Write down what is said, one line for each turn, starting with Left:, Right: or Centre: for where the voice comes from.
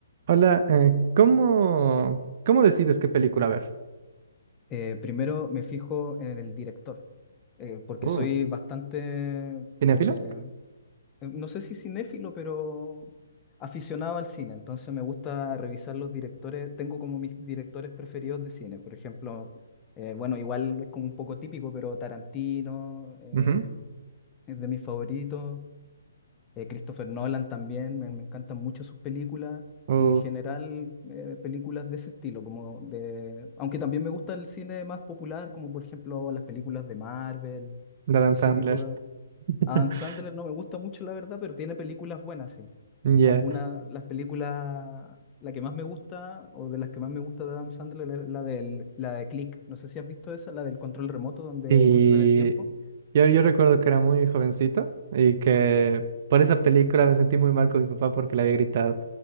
Right: Hola, eh, ¿cómo, cómo decides qué película ver?
Left: eh, primero me fijo en el director, eh, porque
Right: Uh,
Left: soy bastante, eh,
Right: ¿cinéfilo?
Left: eh, no sé si cinéfilo, pero aficionado al cine. Entonces me gusta revisar los directores, tengo como mis directores preferidos de cine. Por ejemplo, eh, bueno, igual es como un poco típico, pero Tarantino eh,
Right: Ujú.
Left: es de mis favoritos. Eh, Christopher Nolan también, me, me encantan mucho sus películas
Right: Uh,
Left: y en general eh, películas de ese estilo, como de, aunque también me gusta el cine más popular, como por ejemplo las películas de Marvel
Right: de Adam
Left: y
Right: Sandler.
Left: ese tipo de...
Right: <laughs>
Left: Adam Sandler no me gusta mucho, la verdad, pero tiene películas buenas, sí.
Right: Ya.
Left: Algunas, las películas, la que más me gusta o de las que más me gusta de Adam Sandler es la, del, la de Click. No sé si has visto esa, la del control remoto donde
Right: Y
Left: controla el tiempo.
Right: yo, yo recuerdo que era muy jovencito y que por esa película me sentí muy mal con mi papá porque le había gritado.